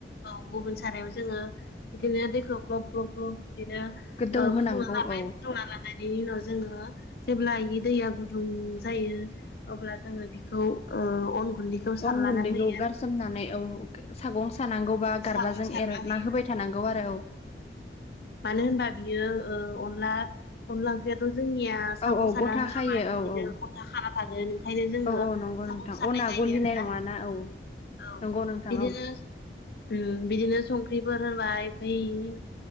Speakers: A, on the left (about 65°); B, on the left (about 35°).
A: औ गुबुन सारायाव जोंङो बिदिनो दैखौ ग्लब ग्लब फ्ल बिदिनो ओ
B: गोदौ होनांगौ
A: फुदुंना लाबाय
B: औ
A: फुदुंना लानायनि उनाव जोंङो जेब्ला इ दैया गुदुं जायो अब्ला जोङो बिखौ ओ अन गुन्दैखौ सारलाना
B: अन गुन्दैखौ
A: है
B: गारसोमनानै औ सागं सानांगौबा गारबाजों
A: सागं सारना
B: एरना
A: होयो
B: होबाय थानांगौ आरो औ
A: मानो होनबा बियो ओ अनला अनला ओंख्रैयाथ' जोंनिया साग'
B: औ औ
A: साग्रा
B: गथा
A: होआबा
B: खायो
A: बिदिनो
B: औ औ
A: गथा खा ओंखायनो जोंङो
B: औ औ नंगौ
A: सफुं
B: नोंथां
A: सारनाय
B: अना
A: जायो
B: गलिनाय
A: आरो ना
B: नङाना औ
A: औ
B: नंगौ नोंथां
A: बिदिनो
B: औ
A: ओ- बिदिनो संख्रिफोर होनाय ओमफ्राय